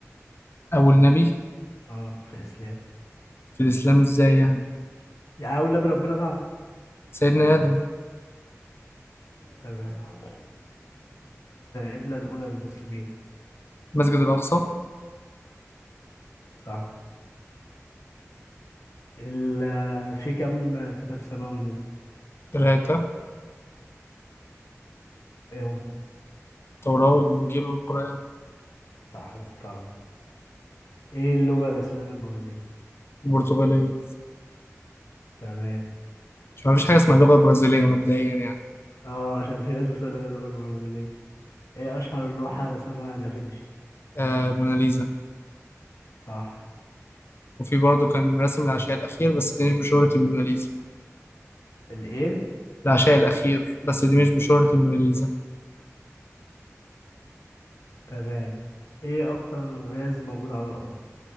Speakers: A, on the left; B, on the left.
A: اول نبي
B: اه في الاسلام
A: في الاسلام ازاي يعني
B: يعني أقول نبي ربنا بعته
A: سيدنا ادم
B: تمام القبلة الأولى للمسلمين
A: مسجد الاقصى
B: صح ال... في كم كتاب سماوي نزل
A: ثلاثه
B: ايه هم
A: التوراه والانجيل والقران
B: صح محترم ايه اللغة الرسمية للبرازيل
A: البرتغاليه
B: تمام
A: مش مفيش حاجه اسمها اللغه البرازيليه مبدئيا يعني
B: اه عشان في ناس بتقول لك اللغة البرازيلية ايه اشهر لوحة رسمها دافنشي
A: آه موناليزا
B: صح
A: وفي برضه كان رسم العشاء الأخير بس دي مش بشهرة الموناليزا
B: الايه
A: العشاء الأخير بس دي مش بشهرة الموناليزا
B: تمام ايه اكتر غاز موجود على الارض